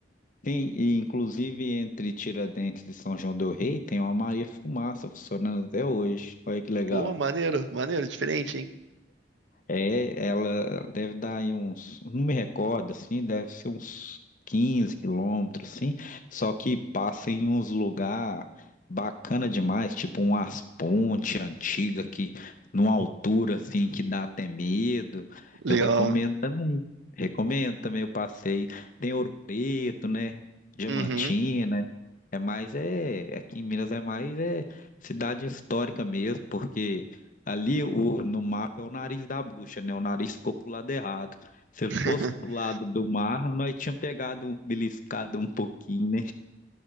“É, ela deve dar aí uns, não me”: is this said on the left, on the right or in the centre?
Left